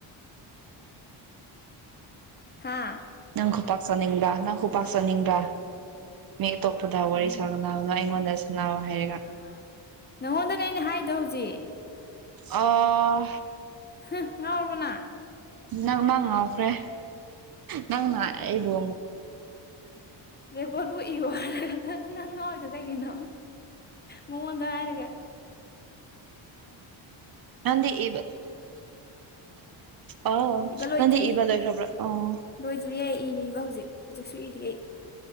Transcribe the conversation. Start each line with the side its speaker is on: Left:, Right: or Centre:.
Left: ꯍꯥꯥ
Right: ꯅꯪ ꯈꯨ ꯄꯥꯛ ꯆꯅꯤꯡꯕ꯭ꯔ ꯅꯪ ꯈ ꯄꯥꯛ ꯆꯅꯤꯡꯕ꯭ꯔ ꯃꯤꯇꯣꯞ ꯄꯗ
Left: ꯆꯥꯅꯤꯡ
Right: ꯋꯥꯔꯤ ꯁꯥꯅ ꯅꯣ ꯑꯩꯉꯣꯟꯗ ꯁꯥꯅꯑꯣ ꯍꯥꯏꯔꯒ
Left: ꯎ <inaudible> ꯅꯪꯉꯣꯟꯗꯅꯦ ꯑꯩꯅ ꯍꯥꯏꯗꯣ ꯍꯧꯖꯤꯛ
Right: ꯑꯣ
Left: ꯍ ꯉꯥꯎꯔꯕꯣ ꯅꯪ
Right: ꯅꯪꯅ ꯉꯥꯎꯈ꯭ꯔꯦ ꯅꯪꯅ ꯑꯩꯕꯨ
Left: ꯔꯦꯀꯣꯠ ꯕꯨꯛ ꯏꯌꯣ ꯍꯥꯏꯔꯒ ꯅ ꯪ ꯉꯥꯎꯔꯤꯗꯣ ꯀꯩꯒꯤꯅꯣ ꯃꯥꯉꯣꯟꯗ ꯍꯥꯏꯔꯒ
Right: ꯅꯪꯗꯤ ꯏꯕ ꯑ
Left: ꯏꯕ ꯂꯣꯏꯗ꯭ꯔꯤ
Right: ꯅꯪꯗꯤ ꯏꯕ ꯂꯣꯏꯈ꯭ꯔꯕ꯭ꯔꯣ ꯑꯣ
Left: ꯂꯣꯏꯗ꯭ꯔꯤꯌꯦ ꯏꯔꯤꯕ ꯍꯧꯖꯤꯛ ꯍꯧꯖꯤꯛꯁꯨ ꯏꯔꯤ ꯑꯩ